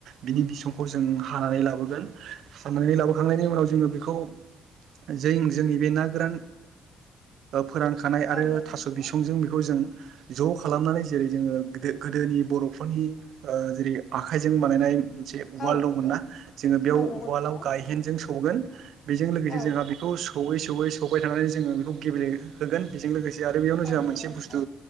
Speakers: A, on the right; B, on the left.
A: बिनि बिसंखौ जों हानानै लाबोगोन। हानानै लाबोखांनायनि उनाव जों बेखौ जों जोंनि बे ना गोरान। फोरानखानाय आरो
B: औ नंगौ
A: थास'
B: नोंथां
A: बिसंजों बेखौ जों ज' खालामनानै जेरै जोङो गोदोनि बर'फोरनि जेरै आखाइजों बानायनाय मोनसे उवाल
B: औ
A: दंमोनना जोङो बेयाव
B: औ नंगौ
A: उवालाव
B: नोंथां
A: गायहेनजों सौगोन बेजों लोगोसे
B: औ
A: जोंहा बेखौ सौवै सौवै सौबाय थानानै जोङो बेखौ गेब्लेहोगोन बेजों लोगोसे आरो बेयावनो जोंहा
B: औ नंगौ
A: मोनसे
B: नोंथां
A: बुस्थु